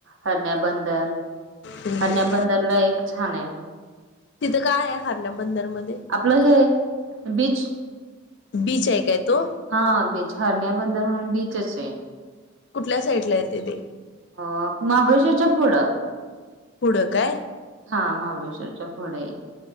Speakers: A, on the right (about 70°); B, on the left (about 55°).
A: हरण्याबंदर
B: हम्म
A: हरण्या
B: हम्म
A: बंदरला एक छानायं.
B: तिथं काय हाय हरण्या बंदरमध्ये?
A: आपलं हे बीच.
B: बीच हाय कां तो?
A: हा बीच हरण्या बंदर म्हणून बीचंचय.
B: कुठल्या साइटला येत ते.
A: अ महाबळेश्वरच्या पुढ.
B: पुढं काय
A: हा महाबळेश्वरच्या पुढे.